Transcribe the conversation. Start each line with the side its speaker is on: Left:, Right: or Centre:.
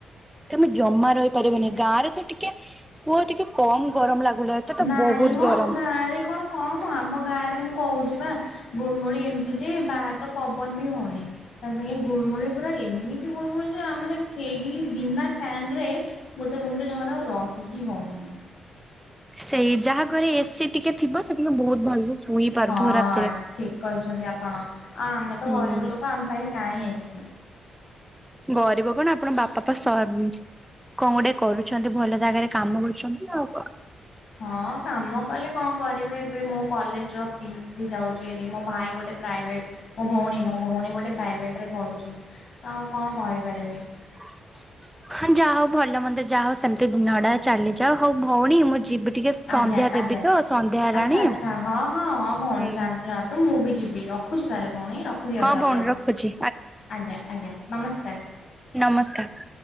Centre: ତମେ ଜମା ରହିପାରିବନି ଗାଁ ରେ ତ ଟିକେ କୁହ ଟିକେ କମ୍ ଗରମ ଲାଗୁଲା ଏତେ ତ
Left: ନାଇଁ
Centre: ବହୁତ
Left: ମ
Centre: ଗରମ।
Left: ଗାଁରେ କଣ ହଁ ମୁଁ ଆମ ଗାଁରେ ମୁଁ କହୁଛି ବା ଗୁଳମୁଳି ଏମିତି ଯେ ବାହାରେ ତ ପବନ ବି ହଉନି ତା ସାଙ୍ଗେ ଗୁଳମୁଳି ପୁରା ଏମିତି ଗୁଳମୁଳି ଯେ ଆମ ମାନେ କେହି ବିନା ଫ୍ୟାନ ରେ ଗୋଟେ ରୁମରେ ଜମାରୁ ଆଉ ରହି ହିଁ ହଏନି
Centre: ସେଇ ଯାହା ଘରେ ଏସିି ଟିକେ ଥିବ ସେ ଟିକେ ବହୁତ ଭଲସେ ଶୋଇ ପାରୁଥିବ
Left: ହଁ
Centre: ରାତିରେ।
Left: ଠିକ କହିଛନ୍ତି ଆପଣ ଆ ଆମେ ତ
Centre: ହୁଁ
Left: ଗରିବ ଲୋକ ଆମ ପାଇଁ କାହିଁ ଏସି
Centre: ଗରିବ କଣ ଆପଣ ବାପା ପା ସରପଞ୍ଚ କଣ ଗୋଟେ କରୁଛନ୍ତି ଭଲ ଜାଗାରେ କାମ କରୁଛନ୍ତି ନା ଆଉ କଣ
Left: ହଁ କାମ କଲେ କଣ କରିବେ ଏବେ ମୋ କଲେଜର ଫିସ୍ ବି ଯାଉଛି ଭାରି ମୋ ଭାଇ ଗୋଟେ ପ୍ରାଇଭେଟ ମୋ ଭଉଣୀ ମୋ ଭଉଣୀ ଗୋଟେ ପ୍ରାଇଭେଟରେ ପଢୁଛି ଆଉ କଣ କହିପାରିବି
Centre: <inaudible> ହଁ ଯାହା ହଉ ଭଲ ମନ୍ଦିର ଯାହା ହଉ ସେମିତି ଦିନଟା ଚାଲିଯାଉ ହଉ ଭଉଣୀ ମୁଁ ଯିବି ଟିକେ
Left: ଆଜ୍ଞା
Centre: ସନ୍ଧ୍ୟା
Left: ଆଜ୍ଞା
Centre: ଦେବି ତ ସନ୍ଧ୍ୟା ହେଲାଣି।
Left: ଆଚ୍ଛା ଆଚ୍ଛା ହଁ ହଁ ହଁ ଭଉଣୀ
Centre: ହୁଁ।
Left: ଯାଆନ୍ତୁ ଯାଆନ୍ତୁ ତୁ ମୁଁ ବି ଯିବି ରଖୁଛିୁ ତାହେଲେ ଭଉଣୀ ରଖିଦିଅନ୍ତୁ
Centre: ହଁ
Left: ଆପଣ
Centre: ଭଉଣୀ ରଖୁଛି
Left: ଆଜ୍ଞା ଆଜ୍ଞା ନମସ୍କାର
Centre: ନମସ୍କାର